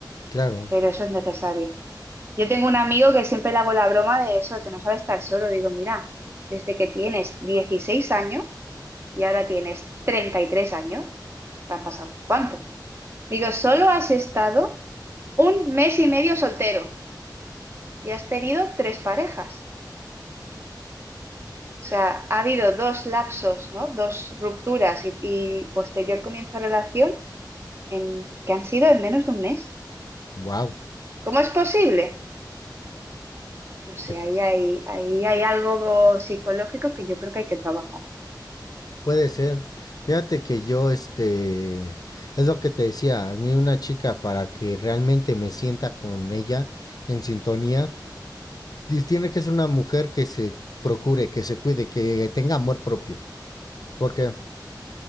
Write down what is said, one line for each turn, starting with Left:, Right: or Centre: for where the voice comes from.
Left: Claro.
Right: Pero eso es necesario. Yo tengo un amigo que siempre le hago la broma de eso, que no sabe estar solo. Digo, mira, desde que tienes 16 años y ahora tienes 33 años, te han pasado unos cuantos. Digo, solo has estado un mes y medio soltero y has tenido tres parejas. O sea, ha habido dos lapsos, ¿no? Dos rupturas y, y posterior comienzo de relación en, que han sido en menos de un mes.
Left: Wow.
Right: ¿Cómo es posible? No sé,
Left: que t-
Right: ahí hay, ahí hay algo psicológico que yo creo que hay que trabajar.
Left: Puede ser. Fíjate que yo, este, es lo que te decía, a mí una chica para que realmente me sienta con ella en sintonía, dis- tiene que ser una mujer que se procure, que se cuide, que tenga amor propio. Porque,